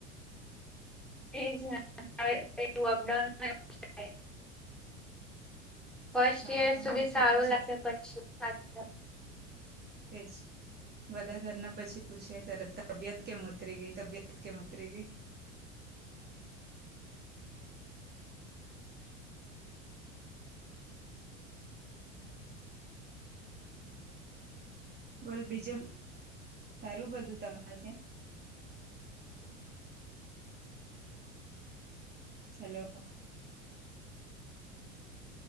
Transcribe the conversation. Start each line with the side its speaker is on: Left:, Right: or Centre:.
Centre: એજ ને અપડા ઉમા <unintelligible> ફર્સ્ટ
Right: હા
Centre: ઈયર સુધી
Right: એટલે
Centre: સારું
Right: પછી
Centre: લાગે, પછી
Right: એજ. બધા ઘરના પછી પૂછ્યા કરે, તબિયત કેમ ઉતરી ગઈ, તબિયત કેમ ઉતરી ગઈ. બોલ, બીજું સારું, બધું તમારે ત્યાં? હલો.